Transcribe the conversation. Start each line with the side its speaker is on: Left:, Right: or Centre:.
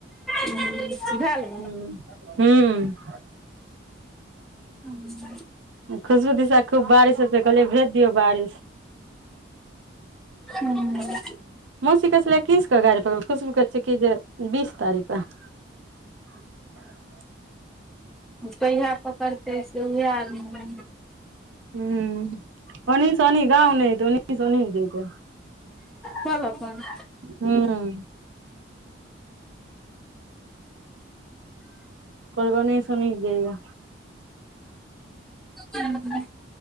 Centre: उम्म भैल?
Right: हूं-हूं।
Centre: हूं।
Right: खुशबू दिशा खूब बारिश होय छै कहलिए भेज दियौ बारिश।
Centre: हूँ।
Right: मौशी कहे छलै एकीस के गाड़ी पकड़बो खुशबू कहे छै कि जे बीस तारीख कै। <inaudible>
Centre: कहिया पकड़तै से उएह आर नै
Right: हुं ओनहि से ओनही गाउ नै एते ओनही से ओनही जेैते।
Centre: चल अपन।
Right: हुं। कहलके ओनहि से ओनहि जईयै।
Centre: हुं।